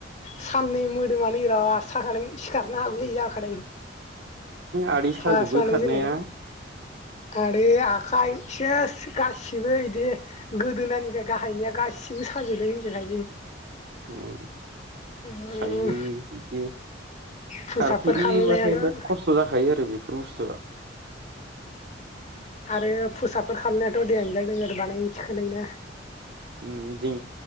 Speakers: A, on the left (about 40°); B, on the right (about 65°).
A: साननै मोदोमानो बिराद साखादों सिखारनो हागौलै जाखादों।
B: आदै साजोबो
A: फार्स्ट बानायजेननायना
B: खारनाया।
A: आरो आखाइ सेस गासिबो बिदि गोदोनानिफ्राय। गाहायनाया गासिबो साजोदों होनदोंहाय जों
B: औ
A: उम
B: सायो बिदि
A: फुसाबफोर
B: खारफेरिबाथाय
A: खालामनायाथ'
B: बिराद खस्थ' जाखायो आरो बे - फुसआ
A: आरो फुसाफोर खालामनायाथ' देानोज जादों आरो बानायनो थिखोनाया।
B: उ जों